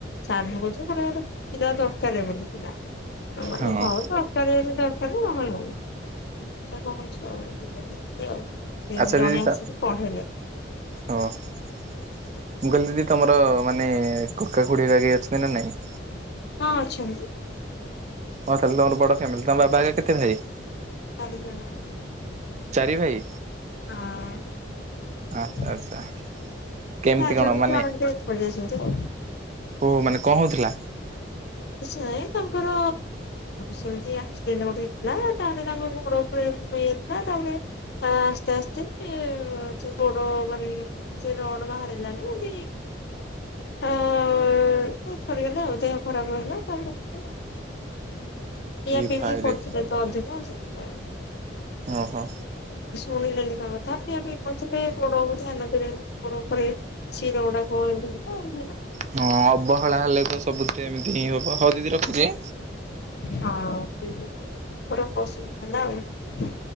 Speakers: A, on the left; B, on the right.
A: ସାର୍ କହୁ ଗ ପିଲା ଦରକାର ବୋଲିଥିଲା।
B: ଆଉ
A: ଓ
B: ହଁ
A: ହଉ ତକାର ଜେତି କମଲ ନାହିଁ କମଛି ଆଉମ ପଇ ଆଉ। ତିନି
B: ଆଚ୍ଛା
A: ଜଣେ
B: ଦିଦି ତ
A: ଆସିକି ପଢେଇଲେ।
B: ହଁ। ମୁ କଇଲି ଦିଦି ତମର ମାନେ କକାକୁୁଡେଇ ଆଗେଇ ଅଛନ୍ତି ନା ନାଇଁ?
A: ହଁ ଅଛଛନ୍ତି।
B: ହଁ ତାହଲେ ତମର ବଡ ଫ୍ୟାମିଲି ତମ ବାବା କେତେ ଭାଇ?
A: ଚାରି ଜଣ।
B: ଚାରି ଭାଇ
A: ହଁ
B: ଆଚ୍ଛା ଆଚ୍ଛା। କେମିତି
A: ଚାରି
B: କଣ ମାନେ
A: ଜଣନ୍ତି <unintelligible>
B: ଓ ମାନେ କଣ ହଉଥିଲା?
A: କି ନଁ ତାଙ୍କର ସେମିତି ଆକ୍ସିଡେଣ୍ଟ ଗୋଟେ ହେଇଥିଲା ତାପରେ ତାଙ୍କ ଗୋଡ ଉପରେ ହେଇଯାଇଥିଲା ତାପରେ ଆସ୍ତେ ଆସ୍ତେ ସେ ଗୋଡ ମାନେ ସେ ରଡ ବାହାରିଲାନି ଏତି ହେଇକିଥରିଗଲେ ଆଉ ଦେହ ଖରାପ ହେଇ <unintelligible> ପିଇବା
B: ଏ
A: ପିଇବି
B: ଭାଇରେ
A: କରୁଥିଲେ ତ ଅଧିକ ହ।
B: ଓ ହୋ।
A: ସୋଣି ଲେଣି ତା ତାି ଆମେ ପଞ୍ଚିଲ <unintelligible> ଗଡକୁ ଧ୍ୟାନ ଦ ଘୋଡ ଉପରେ ଶିର ଗୁଡାକୁ <unintelligible>
B: ହଁ ଅବହେଳା ହେଲେ ତ ସବୁଥିରେ ଏମିତି ହିଁ ହବ ହଉ ଦିଦି ରଖୁଛି।
A: ହଁ ସେ ତାଙ୍କର ଅସୁବିଧା ହେଲା ଆଉ।